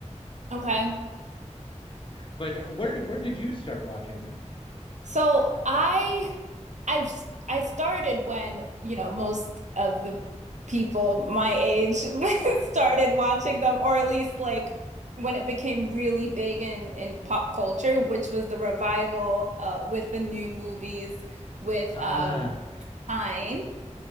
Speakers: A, on the right (about 75°); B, on the left (about 45°).
A: okay
B: But where where did you start watching them?
A: So I I've s- I started when, you know, most of the people my age <laughs> started watching them, or at least like when it became really big in in pop culture, which was the revival uh with the new movies with
B: Ah,
A: um Pine.